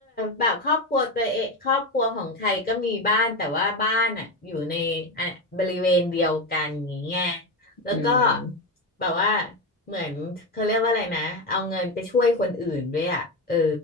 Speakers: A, on the left; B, on the left.
A: แบบครอบครัวตัวเองครอบครัวของใครก็มีบ้านแต่ว่าบ้านอ่ะอยู่ในอ่ะบริเวณเดียวกันอย่างเงี้ยแล้วก็
B: อืม
A: แบบว่าเหมือนเขาเรียกว่าอะไรนะเอาเงินไปช่วยคนอื่นด้วยอ่ะเออ